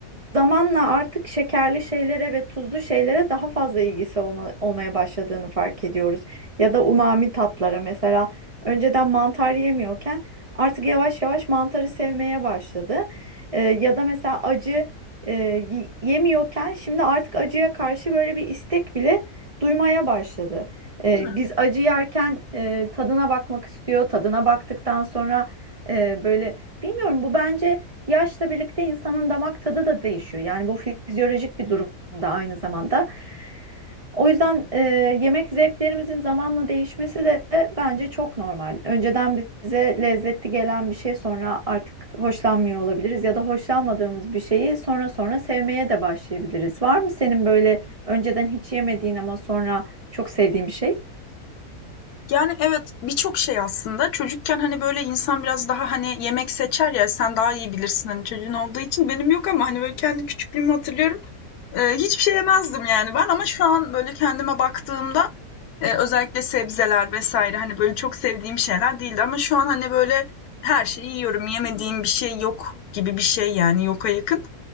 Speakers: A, on the right; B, on the left.
A: zamanla artık şekerli şeylere ve tuzlu şeylere daha fazla ilgisi olma- olmaya başladığını fark ediyoruz. Ya da umami tatlara mesela önceden mantar yemiyorken Artık yavaş yavaş mantarı sevmeye başladı. Ee, ya da mesela acı e, y- yemiyorken şimdi artık acıya karşı böyle bir istek bile duymaya başladı. Ee,
B: Değil mi?
A: biz acı yerken e, tadına bakmak istiyor. Tadına baktıktan sonra e, böyle bilmiyorum bu bence yaşla birlikte insanın damak tadı da değişiyor. Yani bu fizyolojik bir durum da aynı zamanda. O yüzden e, yemek zevklerimizin zamanla değişmesi de bence çok normal. Önceden bize lezzetli gelen bir şey sonra artık hoşlanmıyor olabiliriz ya da hoşlanmadığımız bir şeyi sonra sonra sevmeye de başlayabiliriz. Var mı senin böyle önceden hiç yemediğin ama sonra çok sevdiğin bir şey?
B: Yani, evet, birçok şey aslında. Çocukken, hani, böyle, insan biraz daha, hani, yemek seçer ya, sen daha iyi bilirsin, hani, çocuğun olduğu için. Benim yok ama, hani, böyle, kendi küçüklüğümü hatırlıyorum. Eee, hiçbir şey yemezdim yani ben ama şu an, böyle, kendime baktığımda, eee, özellikle sebzeler vs. hani, böyle, çok sevdiğim şeyler değildi ama şu an, hani, böyle, her şeyi yiyorum, yemediğim bir şey yok gibi bir şey, yani, yoka yakın.